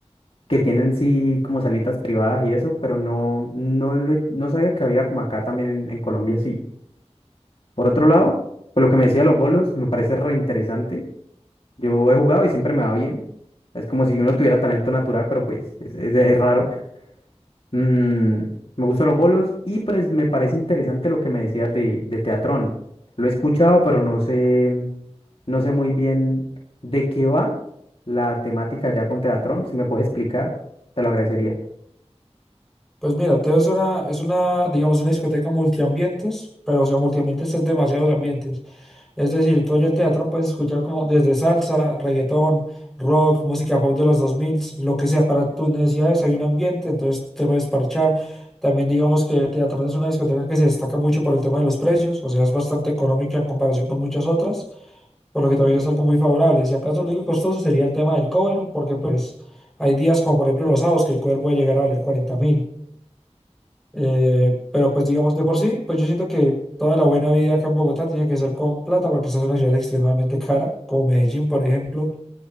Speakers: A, on the left; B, in the centre.
A: que tienen sí como salitas privadas y eso, pero no, no, lo he- no sabía que había como acá también en, en Colombia sí. Por otro lado, pues lo que me decía de los bolos me parece reinteresante. Yo he jugado y siempre me va bien. Es como si uno tuviera talento natural, pero pues es, es es raro. Mm, me gustan los bolos y pues, me parece interesante lo que me decías de, de Teatrón. Lo he escuchado, pero no sé, no sé muy bien de qué va la temática ya con Teatrón. Si me puedes explicar, te lo agradecería.
B: Pues mira, Teo es una, es una, digamos, una discoteca multiambientes, pero o sea, multiambientes es demasiados ambientes. Es decir, tú allá en Teatrón puedes escuchar como desde salsa, reggaetón, rock, música pop de los 2000, lo que sea, para tus necesidades hay un ambiente, entonces te puedes parchar. También digamos que Teatrón es una discoteca que se destaca mucho por el tema de los precios, o sea, es bastante económica en comparación con muchas otras, por lo que también es algo muy favorable. Si acaso lo único costoso sería el tema del cover, porque pues hay días como por ejemplo los sábados que el cover puede llegar a valer 40.000. Eh, pero pues digamos, de por sí, pues yo siento que toda la buena vida acá en Bogotá tiene que ser con plata porque esta es una ciudad extremadamente cara, como Medellín, por ejemplo.